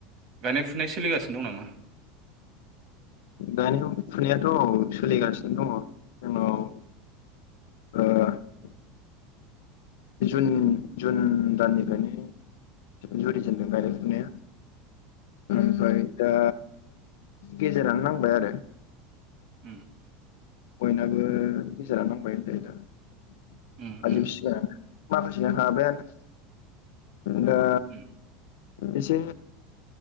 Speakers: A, on the right (about 40°); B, on the left (about 85°).
A: गायनाय फुनाय सोलिगासिनो दं नामा
B: गायनाय फुनायाथ' औ सोलिगासिनो दङ जोंनाव ओ जुन जुन दाननिफ्रायनो जुरिजेनदों गायनाय फुनाया
A: उम
B: ओमफ्राय दा गेजेरानो नांबाय आरो
A: उम
B: बयनाबो गेजेरानो नांबाय होनजायो दा
A: उम उम
B: <unintelligible> माखासेना हाबायानो दा
A: उम
B: एसे